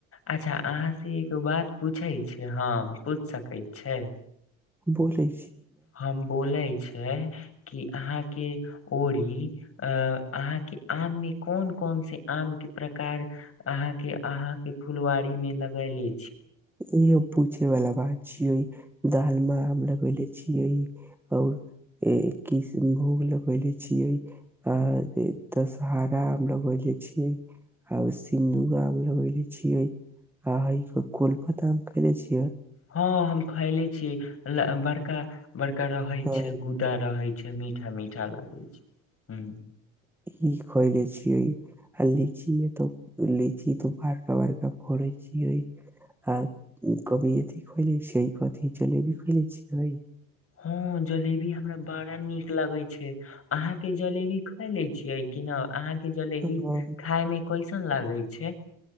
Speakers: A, on the left; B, in the centre.
A: अच्छा अहाँ से एगो बात पूछै छियै हम पूछि सकैत छै
B: बोली
A: हम बोलै छियै कि अहाँके ओरी अहाँके आम मे कोन कोन से आम के प्रकार अहां के अहां के फुलवारी में लगैले
B: इहो पुछे वला बात छियै दालमा आम लगैले छियै और ए किष्णभोग लगैले छियै आ दशहरा आम लगैले छियै आ सिन्दूर आम लगैले छियै आ ह‌इ कोलपत आम खैले छियै
A: हँ हम खयले छियै ल बड़का बड़का रहै
B: हाँ
A: छै गुदा रहै छै मीठा मीठा लागै छै ह्म
B: ई खयले छियै आ लीची मे त लीची त बड़का बड़का फरै छियै आ कभी एथी खइले छियै कथी जलेबी खैले छियै
A: हँ जलेबी हमरा बड़ा नीक लागै छै अहां के जलेबी खाय लै छियै कि न अहाँके जलेबी
B: और
A: खाय में कैसन लागै छै